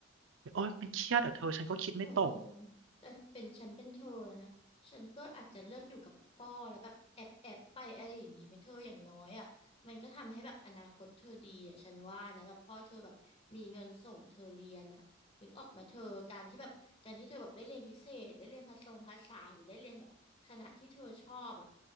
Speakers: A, on the right (about 75°); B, on the left (about 30°).
A: โอ้ยมันเครียดอ่ะเธอฉันก็คิดไม่ตก
B: เออแต่เป็นฉันเป็นเธอนะฉันก็อาจจะเลือกอยู่กับพ่อแล้วแบบแอบแอบไปอะไรอย่างนี้ไหมเธออย่างน้อยอ่ะมันก็ทำให้แบบอนาคตเธอดีอ่ะฉันว่านะแบบพ่อเธอแบบมีเงินส่งเธอเรียนอ่ะนึกออกไหมเธอการที่แบบการที่เธอแบบได้เรียนพิเศษได้เรียนภาษาภาษาหรือได้เรียนแบบคณะที่เธอชอบอ่ะ